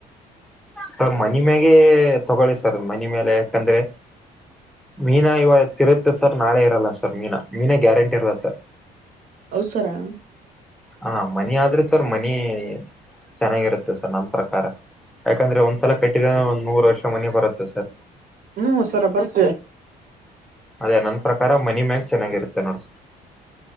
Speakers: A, in the centre; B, on the right (about 55°).
A: ಸರ್ ಮನ ಮ್ಯಾಗೆ ತಗೊಳ್ಳಿ ಸರ್ ಮನೆ ಮೇಲೆ ಯಾಕಂದ್ರೆ ಮೀನಾ ಇವಾಗ ತಿರುತ್ತೆ ಸರ್ ನಾಳೆ ಇರಲ್ಲ ಸರ್ ಮೀನಾ ಮೀನಾ ಗ್ಯಾರಂಟಿ ಇರಲ್ಲ ಸರ್
B: ಹೌದ್ ಸರಾ
A: ಹಾ ಮನಿ ಆದ್ರೆ ಸರ್ ಮನಿ ಚೆನ್ನಾಗಿರುತ್ತೆ ಸರ್ ನಮ್ಮ ಪ್ರಕಾರ ಯಾಕಂದ್ರೆ ಒಂದ್ಸಲ ಕಟ್ಟಿದ ಒಂದ್ ನೂರು ವರ್ಷ ಮನೆ ಬರುತ್ತೆ ಸರ್
B: ಹ್ಮ್ ಸರ ಬರ್ತೆ
A: ಅದೇ ನನ್ ಪ್ರಕಾರ ಮನಿ ಮ್ಯಾಚ್ ಚೆನ್ನಾಗಿರುತ್ತೆ ನೋಡಿ